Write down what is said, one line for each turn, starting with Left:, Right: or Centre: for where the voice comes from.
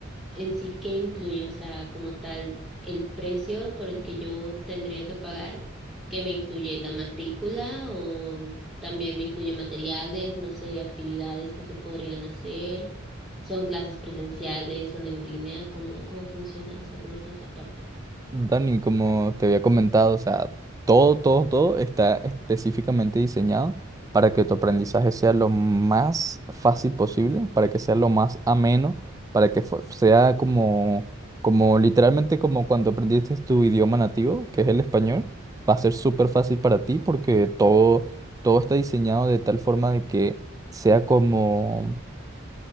Centre: en sí qué incluye, o sea, como tal, el precio por el que yo tendría que pagar, que me incluye la matrícula o también me incluye materiales, no sé, actividades que se podrían hacer, son clases presenciales, son en línea, ¿cómo, cómo funciona? O sea, ¿cómo está esa parte?
Right: Dani, como te había comentado, o sea, todo, todo, todo está específicamente diseñado para que tu aprendizaje sea lo más fácil posible, para que sea lo más ameno, para que fue- sea como, como literalmente como cuando aprendiste tu idioma nativo, que es el español, va a ser súper fácil para ti porque todo, todo está diseñado de tal forma de que sea como